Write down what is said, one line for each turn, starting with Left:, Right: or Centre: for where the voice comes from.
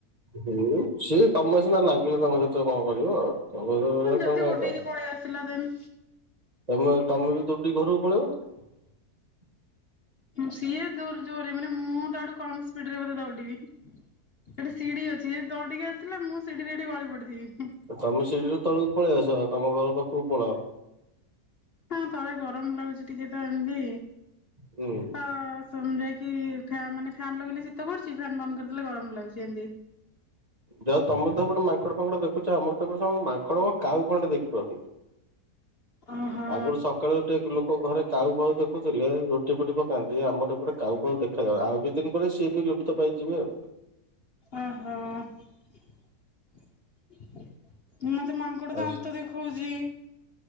Right: ହୁଁ ସିଏ ଯେ ତମେ ସିନା ଲାଗିଲେ ତମ ସହିତ କଣ କରିବ ତମ ସହିତ
Left: ଯଦି
Right: ତମେ।
Left: ଗୋଡେଇକି
Right: <unintelligible>
Left: ପଳେଇ ଆସିଲା ଦେନ
Right: ତମେ ତମେ ବି ଦୌଡିକି ଘରକୁ ପଳେଇବ। ଫାଙ୍କା ଅଡ଼ିଓ।
Left: ସିଏ ଜୋର ଜୋରେ ମାନେ ମୁଁ ତାଠୁ କମ ସ୍ପିଡ ରେ ବୋଧେ ଦୌଡ଼ିବି। ସେଠି ସିଡି ଅଛି ସେ ଦୌଡିକି ଆସିଲା ମୁଁ ସିଡିରେ ଏଠି ଗଳି ପଡିିଥିବି।
Right: ତମେ ସିଡିରୁ ତଳକୁ ପଳେଇଆସ ତମ ଘର ପାଖକୁ ପଳାଅ।
Left: ନା ତଳେ ଗରମ ଲାଗୁଚି ଟିକେ ତ ଏମତି।
Right: ହୁଁ।
Left: ହଁ ଯାଇକି ମାନେ ଫ୍ୟାନ୍ ଲଗେଇଲେ ଶୀତ କରୁଚି ଫ୍ୟାନ୍ ବନ୍ଦ କରିଦେଲେ ଗରମ ଲାଗୁଛି ଏମତି।
Right: ଯହା ହଉ ତମର ହେପଟେ ମାଙ୍କଡ ଫାଙ୍କଡ ଦେଖୁଛ ଆମର ତ ଏପଟେ ଗୋଟେ ମାଙ୍କଡ କଣ କାଉ ଖଣ୍ଡେ ଦେଖିପାରୁନି।
Left: ଓହୋ
Right: ଆଗରୁ ସକାଳୁ ଉଠି ଲୋକ ଘରେ କାଉ ଫାଉ ଦେଖୁଥିଲେ ରୁଟି ଫୁଟି ପକ ପକାନ୍ତି ଆମର ଏ ପଟେ କାଉ ଫାଉ ଦେଖାଯାଆନ୍ତି ଆଉ କିଛି ଦିନ ପରେ ସିଏ ବି ଲୁପ୍ତ ପାଇଯିବେ ଆଉ।
Left: ଅହ ମୋତେ ମାଙ୍କ ଗୋଟେ
Right: ଆଉ
Left: ଦାନ୍ତ ଦେଖଉଜି